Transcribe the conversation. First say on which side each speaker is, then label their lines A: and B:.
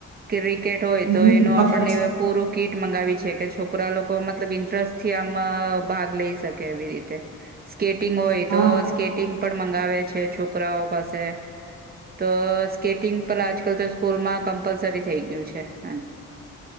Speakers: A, on the right; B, on the right.
A: કિરેય. કેટ હોય
B: હમ
A: તો એનું
B: કમ્પલ
A: આપણને પૂરું કીટ મંગાવી છે કે છોકરા લોકો મતલબ ઇન્ટરસ્ટ થી આમા ભાગ લઈ શકે એવી રીતે. સ્કેટિંગ હોય
B: હા
A: તો સ્કેટિંગ પણ મંગાવે છે છોકરાઓ પાસે તો સ્કેટિંગ પણ આજકલ તો સ્કૂલમાં કંપલસરી થેય ગયું છે અન